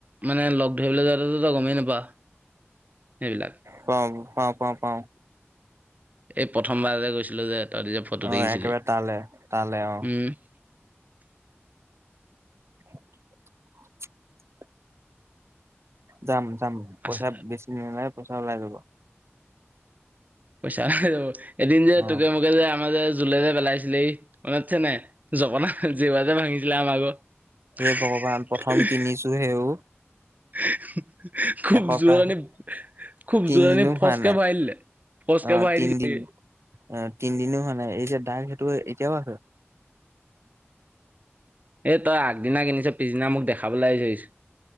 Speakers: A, on the right; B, on the right.
A: মানে লগ ধৰিবলৈ যাতে তই গমেই নাপা সেইবিলাক।
B: পাওঁ, পাওঁ পাওঁ পাওঁ।
A: এই প্ৰথমবাৰ যে গৈছিলো যে তই যে ফটো
B: অ',
A: দেখিছিলি
B: একেবাৰে তালে, তালে অ',
A: উম।
B: <unintelligible> যাম যাম পইচা
A: আছে
B: বেছি ন নাই পইচা ওলাই যাব।
A: পইচা এদিন যে
B: অ',
A: তোকে মোকে যে আমাৰ যে জোলেৰে পেলাইছিলে এই মনত আছে নাই জপনা। জিবাতে ভাঙিছিলে আমাৰ ঘৰত,
B: হে
A: হি
B: ভগৱান প্ৰথম
A: হি
B: কিনিছো
A: হি।
B: হেও
A: হি খুব
B: এসপ্তাহ
A: জোৰণী খুব
B: তিনদিনো
A: জোৰণী ফচকে
B: হোৱা নাই।
A: ভৰাই দিলে। ফচকে
B: অ',
A: ভৰাই
B: তিনদিন
A: দি
B: অ তিনদিনো হোৱা নাই এ যে দাগ সেইটো এতিয়াও আছে।
A: এ তই আগদিনা কিনিছ। পিছদিনা মোক দেখাবলৈ আহিছ